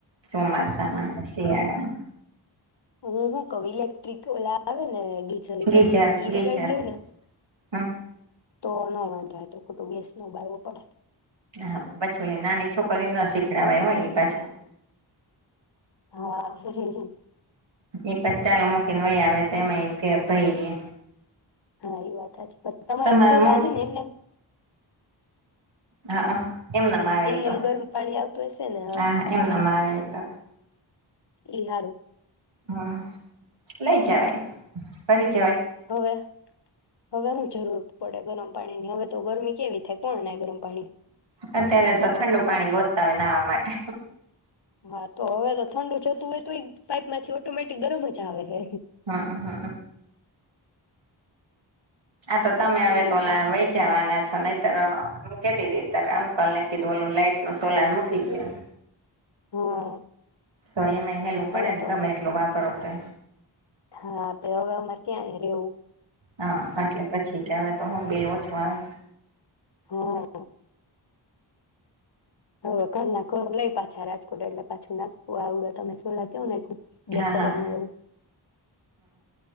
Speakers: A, on the right (about 70°); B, on the left (about 55°).
A: ચોમાસામાં ને શિયાળામાં.
B: હું હું કવિ ઇલેક્ટ્રિક ઓલા આવે ને ગીઝર ઇલેક્ટ્રિક
A: ગીજર
B: ઈ
A: ગીજર
B: લગડ લે ને.
A: હમ.
B: તો નો વાંધો આવે તો ગેસ નોધાવો ભાવવો પડે.
A: હ પછ ઓલી નાની છોકરી ના શીખડવાય હોય એ પાછું.
B: હા હું હું હું.
A: એ પછ ચાલ મૂકીને વહી આવે તો એમાં
B: હા એ વાત હાચી. પછ તમારે
A: તમાર
B: સો
A: મોટ
B: લાગે ને એમનેમ.
A: હા અ. એમનામ આવે
B: એમનેમ
A: તો,
B: ગરમ પાણી આવતું હશે ને
A: હા એમનામ આવે તો.
B: એ હારું.
A: હમ, લઈ જવા ફરી
B: હોવે, હોવે હ જરૂર પડે ગરમ પાણી ની હવે તો ગરમી કેવી થાય. કોણ નાય ગરમ. પાણી
A: અત્યારે તો ઠંડુ પાણી ગો તમે નાવા માટે.
B: હા તો હવે તો ઠંડુ જતું હોય તો એ પાઈપ માંથી ઓટોમેટિક ગરમ જ આવે હે.
A: હઅ હઅ. આા તો તમે હવે
B: એવું
A: તો વહી જવાના છો નઈ ત મૂકી દીધી ત્યારે અંકલ ને કીધું ઓલું લાાઈટ નું સોલાર મૂકી દયો.
B: હે હા
A: તો એમાં હેલું પડેને
B: હવે તો
A: ગમે એટલું વાપર. તય.
B: હા તો હવે અમારે ક્યાં રેવું.
A: હા એટલે પછી કેવા તો હું બિલ ઓછું આવે.
B: હ અ. હવે ઘરના ઘર લઈ પાછા રાજકોટ એટલે પાછું નાગ આવડે તમે છ તોલર તેવું નાયખું બ્લેક
A: હા
B: કલર
A: હા
B: ન એવું.